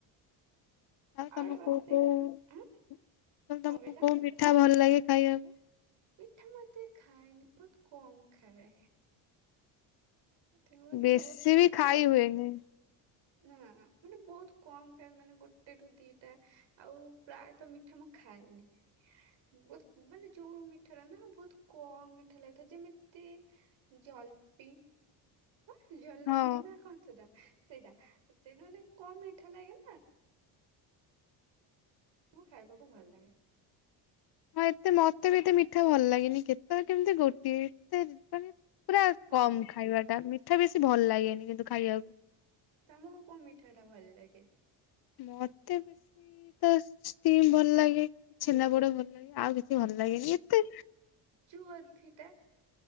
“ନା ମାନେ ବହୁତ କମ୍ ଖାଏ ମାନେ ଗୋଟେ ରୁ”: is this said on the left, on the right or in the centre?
Right